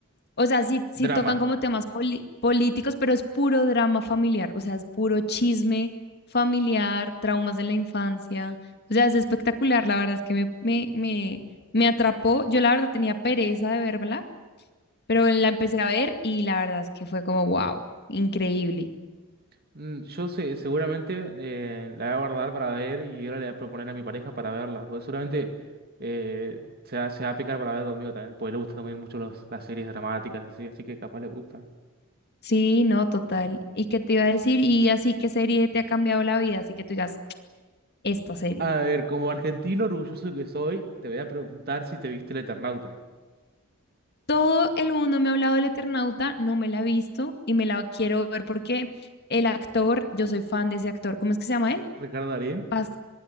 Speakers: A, on the left; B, on the right.
A: o sea, sí, sí
B: Drama.
A: tocan como temas poli- políticos, pero es puro drama familiar, o sea, es puro chisme familiar, traumas de la infancia, o sea, es espectacular, la verdad es que me, me, me, me atrapó, yo la verdad tenía pereza de verla, pero la empecé a ver y la verdad es que fue como, wow, increíble.
B: Mm, Yo sé, seguramente eh, la voy a guardar para ver y ahora le voy a proponer a mi pareja para verla. Porque seguramente eh, se va, se va a picar para ver conmigo también. Porque le gustan también mucho los, las series dramáticas así, así que capaz le gusta.
A: Sí, no, total. ¿Y qué te iba a decir? Y así, ¿qué serie te ha cambiado la vida? Así que tú digas. esta serie.
B: A ver, como argentino orgulloso que soy, te voy a preguntar si te viste el Eternauta.
A: Todo el mundo me ha hablado del Eternauta, no me la he visto y me la quiero ver porque el actor, yo soy fan de ese actor, ¿cómo es que se llama él?
B: Ricardo Darín.
A: Pas